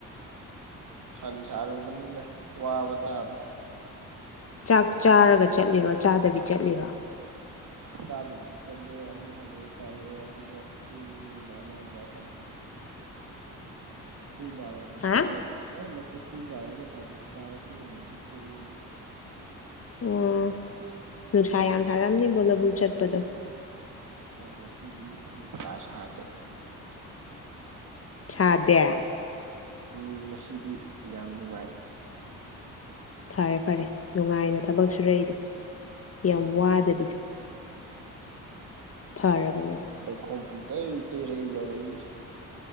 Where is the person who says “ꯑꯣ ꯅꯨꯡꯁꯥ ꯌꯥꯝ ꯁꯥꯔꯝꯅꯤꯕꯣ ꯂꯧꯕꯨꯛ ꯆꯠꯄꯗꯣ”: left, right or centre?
Left